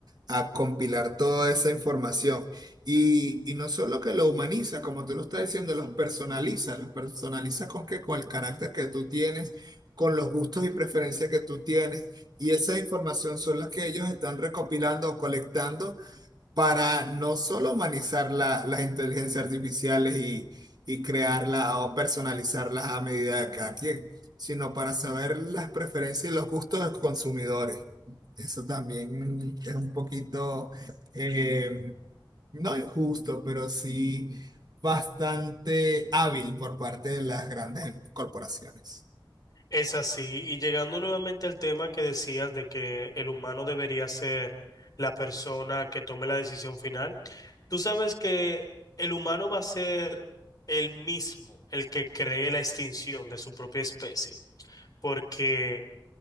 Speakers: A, on the right; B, on the left.
A: a, a compilar toda esa información. Y, y no solo que lo humaniza, como tú lo estás diciendo, los personaliza, los personaliza con qué, con el carácter que tú tienes, con los gustos y preferencias que tú tienes. Y esa información son las que ellos están recopilando o colectando para no solo humanizar la- las inteligencias artificiales y, y crearlas o personalizarlas a medida de cada quien, sino para saber las preferencias y los gustos de los consumidores. Eso también es un poquito, eh, no injusto, pero sí bastante hábil por parte de las grandes corporaciones.
B: Es así, y llegando nuevamente al tema que decías de que el humano debería ser la persona que tome la decisión final, tú sabes que el humano va a ser el mismo, el que cree la extinción de su propia especie, porque